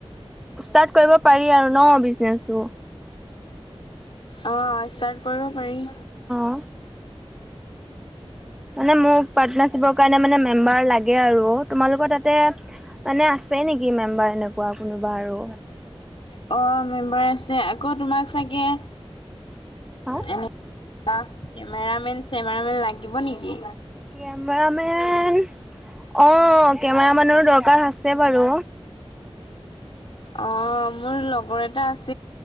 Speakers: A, in the centre; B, on the left.
A: ষ্টাৰ্ট কৰিব পাৰি আৰু ন বিজনেচটো
B: অ ষ্টাৰ্ট কৰিব পাৰি।
A: অ মানে মোক পাৰ্টনাৰশ্বিপৰ কাৰণে মানে মেম্বাৰ লাগে আৰু তোমালোকৰ তাত, মানে আছে নেকি মেম্বাৰ এনেকুৱা কোনোবা আৰু?
B: অ', মেম্বাৰ আছে আকৌ তোমাক চাগে,
A: হা
B: এনে কেমেৰা মেন চেমেৰামেন লাগিব নেকি?
A: কেমেৰামেন, অ কেমেৰা মানৰো দৰকাৰ আছে বাৰু,
B: অ মোৰ লগৰ এটা আছে,